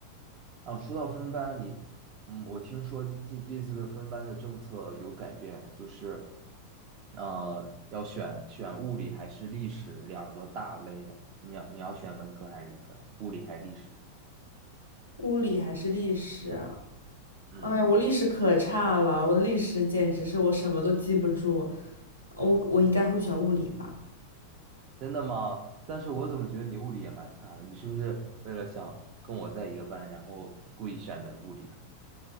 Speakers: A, on the right; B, on the right.
A: 啊，说到分班，你嗯，我听说这这这次的分班的政策有改变啊，就是呃，要选选物理还是历史两个大类啊你要你要选文科还是理科？物理还是历史？
B: 物理还是历史啊？
A: 嗯。
B: 哎，我历史可差了，我历史简直是我什么都记不住。我我应该会选物理吧？
A: 真的吗？但是我怎么觉得你物理也蛮差的？你是不是为了想跟我在一个班，然后故意选的物理啊？